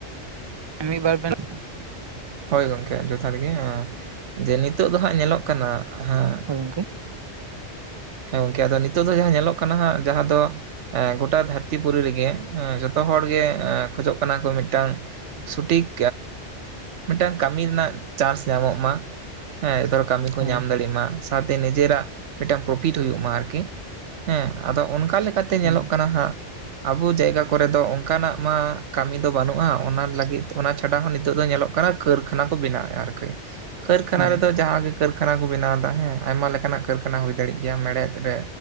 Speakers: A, on the right; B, on the right.
A: ᱢᱤᱫ ᱵᱟᱨ <unintelligible>
B: ᱦᱳᱭ ᱜᱚᱝᱠᱮ ᱡᱚᱛᱷᱟᱛ ᱜᱮ ᱦᱮᱸ ᱡᱮ ᱱᱤᱛᱚᱜ ᱫᱚ ᱦᱟᱸᱜ ᱧᱮᱞᱚᱜ ᱠᱟᱱᱟ ᱦᱮᱸ
A: ᱦᱳᱭ ᱜᱚᱝᱠᱮ
B: ᱦᱮᱸ ᱜᱚᱝᱠᱮ ᱟᱫᱚ ᱱᱤᱛᱚᱜ ᱫᱚ ᱡᱟᱦᱟᱸ ᱧᱮᱞᱚᱜ ᱠᱟᱱᱟ ᱦᱟᱸᱜ ᱡᱟᱦᱟᱸ ᱫᱚ ᱮ ᱜᱚᱴᱟ ᱫᱷᱟᱹᱨᱛᱤ ᱯᱩᱨᱤ ᱨᱮᱜᱮ ᱡᱚᱛᱚ ᱦᱚᱲ ᱜᱮ ᱠᱷᱚᱡᱚᱜ ᱠᱟᱱᱟ ᱠᱚ ᱢᱤᱫᱴᱟᱝ ᱥᱚᱴᱷᱤᱠ ᱢᱤᱫᱴᱟᱝ ᱠᱟᱹᱢᱤ ᱨᱮᱱᱟᱜ ᱪᱟᱱᱥ ᱧᱟᱢᱚᱜ ᱢᱟ ᱦᱮᱸ ᱮᱛᱚ ᱦᱚᱲ ᱠᱟᱹᱢᱤ ᱠᱚ
A: ᱦᱳᱭ
B: ᱧᱟᱢ ᱫᱟᱲᱮᱭᱟᱜ ᱢᱟ ᱥᱟᱶᱛᱮ ᱱᱤᱡᱮᱨᱟᱜ ᱢᱤᱫᱴᱟᱝ ᱯᱨᱚᱯᱷᱤᱴ ᱦᱩᱭᱩᱜ ᱢᱟ ᱟᱨᱠᱤ ᱦᱮᱸ ᱟᱫᱚ ᱚᱱᱠᱟ ᱞᱮᱠᱟᱛᱮ
A: ᱦᱳᱭ
B: ᱧᱮᱞᱚᱜ ᱠᱟᱱᱟ ᱦᱟᱸᱜ ᱟᱵᱚ ᱡᱟᱭᱜᱟ ᱠᱚᱨᱮ ᱫᱚ ᱚᱱᱠᱟᱱᱟᱜ ᱢᱟ ᱠᱟᱹᱢᱤ ᱫᱚ ᱵᱟᱹᱱᱩᱜᱼᱟ ᱾ ᱚᱱᱟ ᱞᱟᱹᱜᱤᱫ ᱚᱱᱟ ᱪᱷᱟᱰᱟ ᱦᱚᱸ ᱱᱤᱛᱚᱜ ᱫᱚ ᱧᱮᱞᱚᱜ <unintelligible> ᱠᱟᱹᱨᱠᱷᱟᱱᱟ ᱠᱚ ᱵᱮᱱᱟᱣ ᱮᱜ-ᱟ ᱟᱨᱠᱤ ᱠᱟᱹᱨᱠᱷᱟᱱᱟ
A: ᱦᱳᱭ
B: ᱨᱮᱫᱚ ᱡᱟᱦᱟᱸ ᱜᱮ ᱠᱟᱹᱨᱠᱷᱟᱱᱟ ᱠᱚ ᱵᱮᱱᱟᱣ ᱮᱫᱟ ᱦᱮᱸ ᱟᱭᱢᱟ ᱞᱮᱠᱟᱱᱟᱜ ᱠᱟᱹᱨᱠᱷᱟᱱᱟ ᱦᱩᱭ ᱫᱟᱲᱮᱜ ᱜᱮᱭᱟ ᱢᱮᱲᱦᱮᱫ ᱨᱮ